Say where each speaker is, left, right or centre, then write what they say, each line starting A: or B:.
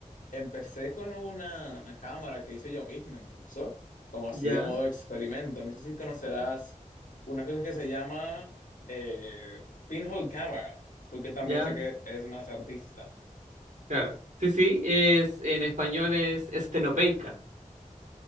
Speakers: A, on the left; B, on the right.
A: Empecé con una cámara que hice yo mismo, incluso, como así
B: Ya,
A: de modo experimento. No sé si conocerás
B: mm,
A: una cosa que se llama eh, pinhole camera, tú que también
B: ya.
A: sé que es más artista.
B: Claro. Sí, sí, es en español es estenopeica.